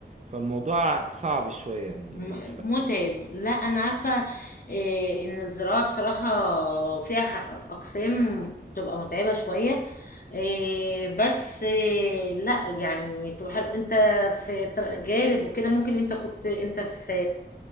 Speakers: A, on the right; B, on the left.
A: فالموضوع صعب شوية يعني
B: م- متعب لا انا عارفه إيه، ان الزراعه بصراحه فيها ح- اقسام بتبقى متعبه شويه إيه، بس إيه، لا يعني بتبقى حلو انت في تر- جارب وكده ممكن انت كنت انت في